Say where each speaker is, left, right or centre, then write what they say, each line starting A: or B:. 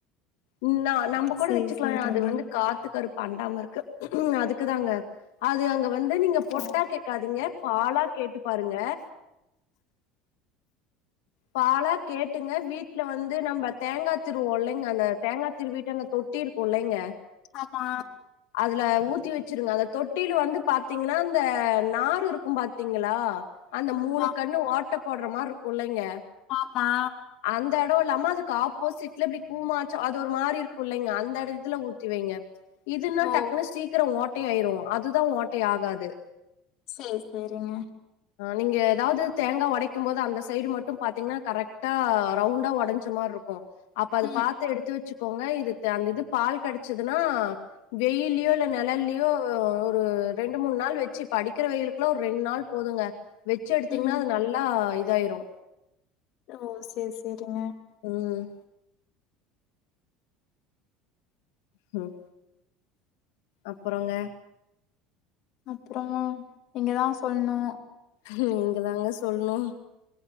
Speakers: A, on the left; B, on the left.
A: ம் நா நம்ம கூட
B: சேரி
A: வச்சுக்கலா
B: சேரிங்க
A: அது வந்து காத்து கருப்பு அண்டாம இருக்க அதுக்குதாங்க அது அங்க வந்து அது நீங்க பொட்டா
B: ஓ
A: கேக்காதீங்க பாலா கேட்டு பாருங்க பாலா கேட்டுங்க வீட் ட்டுல வந்து நம்ம தேங்கா திருவோ இல்லைங்க அந்த தேங்கா திருவீட்டு அந்த தொட்டி இருக்கு இல்லைங்க
B: ஆமா
A: அதுல ஊத்தி வச்சிருங்க அந்த தொட்டில வந்து பாத்தீங்கனா இந்த நாறு இருக்கு பாத்தீங்களா அந்த மூணு
B: நா
A: கண்ணு ஓட்ட போடுற மார் இருக்கு இல்லைங்க
B: ஆமா
A: அந் அந்த எடோ இல்லாம அதுக்கு ஆப்போசிட்ல இப்டி கூமாச்ச அது ஒரு மாரி இருக்கு இல்லைங்க அந்த எடத்துல ஊத்தி வைங்க இதுனா
B: ஓ
A: டக்குன்னு சீக்கிறோ ஓட்டை ஆயிரு அதுதா ஓட்டையாகாது
B: சேரி சேரிங்க
A: நீங்க ஏதாவது தேங்கா உடைக்கும் போது அந்த சைடு மட்டு பாத்தீங்கனா கரெக்டா ரவுண் உடஞ்ச மாரி இருக்கு அப்ப அது
B: ம்
A: பாத்து எடுத்து வச்சுக்கோங்க இது அந்த இது பால் கெடைச்சதுனா வெயில்லயோ இல்ல நிலல்லயோ ஒரு ரெண்டு மூணு நாள் வச்சு இப்ப அடிக்கிற வெயிலுக்கு இன்னோ ஒரு ரெண்டு நாள் போதுங்க வச்சு எடுத்தீங்கனா
B: ம்
A: அது நல்லா இதாயிரு
B: ஓ சேரி சேரிங்க
A: ம் ம் அப்றோங்க
B: அப்றோ நீங்கதா சொல்ணு
A: நீங்க தாங்க சொல்ணு